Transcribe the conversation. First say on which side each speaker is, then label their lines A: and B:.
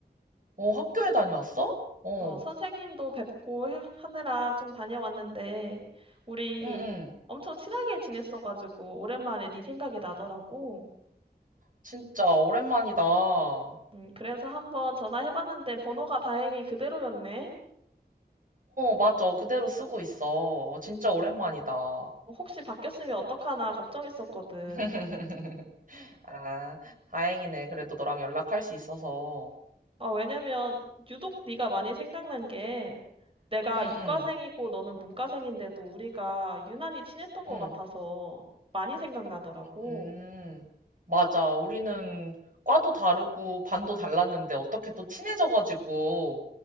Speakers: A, on the right; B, on the right.
A: 어, 학교에 다녀왔어? 어,
B: 어, 선생님도 뵙고 해- 하느라 좀 다녀왔는데, 우리
A: 응, 응.
B: 엄청 친하게 지냈어가지고, 오랜만에 네 생각이 나더라고.
A: 진짜 오랜만이다. 어,
B: 음, 그래서 한번 전화해봤는데, 번호가 다행히 그대로였네.
A: 맞아. 그대로 쓰고 있어. 어, 진짜 오랜만이다.
B: 혹시 바뀌었으면 어떡하나 걱정했었거든.
A: <laughs> 아, 다행이네. 그래도 너랑 연락할 수 있어서.
B: 아, 왜냐면 유독 네가 많이 생각난 게 내가
A: 응,
B: 이과생이고
A: 응,
B: 너는 문과생인데도 우리가 유난히 친했던 것
A: 응,
B: 같아서 많이 생각나더라고.
A: 음. 맞아. 우리는 과도 다르고 반도 달랐는데 어떻게 또 친해져가지고